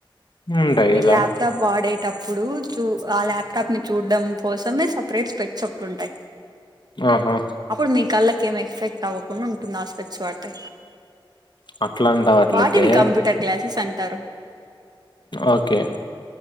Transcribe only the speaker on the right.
మీరు
లాప్ టాప్ వాడేటప్పుడు చూ ఆ ల్యాప్టాప్ ని చూడడం కోసమే సెపరేట్ స్పెక్స్ ఒకటి ఉంటాయి
అప్పుడు మీ కళ్ళకి ఏం ఎఫెక్ట్ అవ్వకుండా ఉంటుంది ఆ స్పెక్స్ వాడితే
వాటిని కంప్యూటర్ గ్లాసెస్ అంటారు